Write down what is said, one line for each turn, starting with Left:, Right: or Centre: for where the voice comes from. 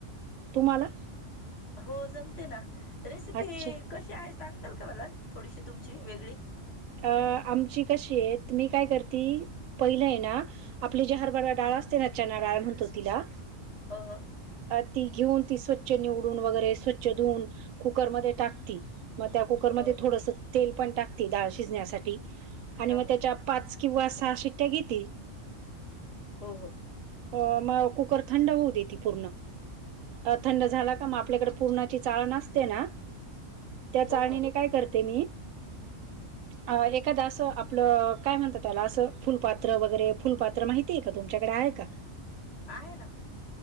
Right: तुम्हाला?
Left: हो जमते ना, रेसिपी
Right: अच्छा
Left: कशी आहे सांगताल का, मला थोडीशी तुमची, वेगळी?
Right: अ आमची कशी ये, त मी काय करती, पहिलंय ना आपली जी हारबरा डाळ असते ना, चना डाळ म्हणतो, तिला?
Left: हो हो.
Right: अ ती घेऊन, ती स्वच्छ निवडून वगैरे, स्वच्छ धुवून कुकरमध्ये टाकती. म त्या कुकरमध्ये,
Left: हो
Right: थोडंसं तेल पण टाकती, डाळ शिजण्यासाठी, आणि
Left: हा
Right: मग
Left: हा
Right: त्याच्या पाच किंवा सहा शिट्टया घेती.
Left: हो हो.
Right: अ म, कुकर थंड होऊ देती, पूर्ण. थंड झाला का, म आपल्याकड पूर्णाची, चाळण असते ना? त्या
Left: हो
Right: चाळणीने,
Left: हो
Right: काय करते मी? अ एखादा असं आपलं, काय म्हणता त्याला, असं फुलपात्र वगैरे, फुलपा त्र माहितीय का, तुमच्याकड आहे का?
Left: आहे ना.